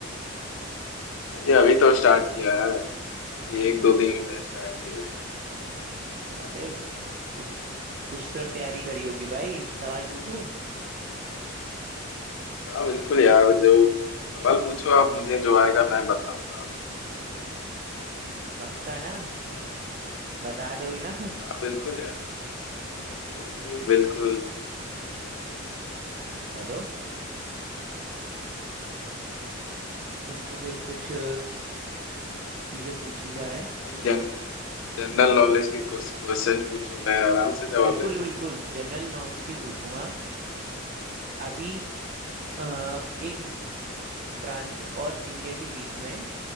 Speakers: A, on the left; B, on the right.
A: हैं भाई अभी तो स्टार्ट किया है अभी एक दो दिन में स्टार्ट किया भाई
B: अरे तो कुछ तो तैयारी करी होगी भाई सवाल पूछूं
A: हाँ बिल्कुल यार जो सवाल पूछो आप मुझे जो आएगा मैं बताऊंगा आपको
B: पक्का ना बता दोगे ना
A: हाँ बिल्कुल यार बिल्कुल बिल्कुल
B: <laughs> चलो तुमसे फिर कुछ अ, चीज़ें पूछी जाए
A: भाई, जन जनरल नॉलेज के कुछ क्वेश्चन पूछो मैं आराम से जवाब
B: बिल्कुल
A: दे
B: बिल्कुल जनरल नॉलेज की पूछूंगा अभी अ, एक फ्रांस और इंडिया के बीच में